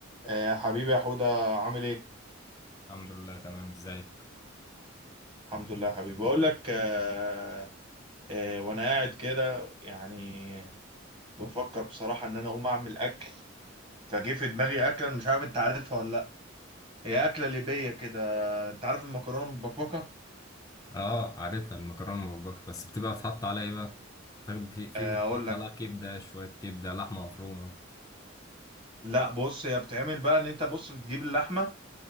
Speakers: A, on the right (about 25°); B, on the left (about 15°).
A: آه حبيبي يا حودة عامل ايه؟
B: الحمد لله تمام ازيك
A: الحمد لله يا حبيبي بقول لك آه آه وانا قاعد كده يعني بفكر بصراحة ان انا اقوم اعمل اكل فجه في دماغي اكلة أنا مش عارف انت عارفها ولا لا هي اكلة ليبية كده انت عارف المكرونة المبكبكة؟
B: اه عارفها المكرونه المبكبكه بس بتبقى بتحط عليها ايه بقى طيب في في
A: آه
B: بيتحط
A: اقول لك
B: عليها كبده شويه كبده لحمه مفرومه
A: لا بص هي بتعمل بقى ان انت بص بتجيب اللحمة